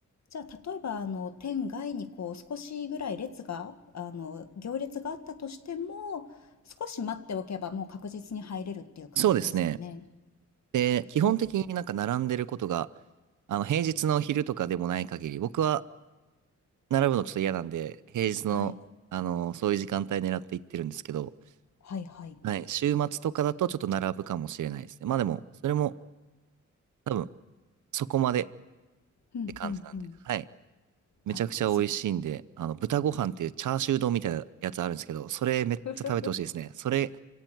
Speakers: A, on the left; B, on the right.
A: じゃあ例えばあの店外にこう少しぐらい列があの行列があったとしても、少し待っておけばもう確実に入れるっていう感じですかね。
B: そうですね。で、基本的になんか並んでることが、
A: り
B: あの、平日の昼とかでもない限り、僕は並ぶのちょっと嫌なんで、平日の、
A: はい、
B: あの、そういう時間帯狙って行ってるんですけど、
A: はいはい。
B: はい。週末とかだとちょっと並ぶかもしれないですね。まあでも、それも多分そこまでっ
A: うんうんうん。
B: て感じなんで。はい。めちゃくちゃ美味しいんで、
A: あ、そう
B: あの、豚ご飯っていうチャーシュー丼みたいなやつあるんですけど、それめっちゃ食べてほしいですね。
A: <laughs>
B: それ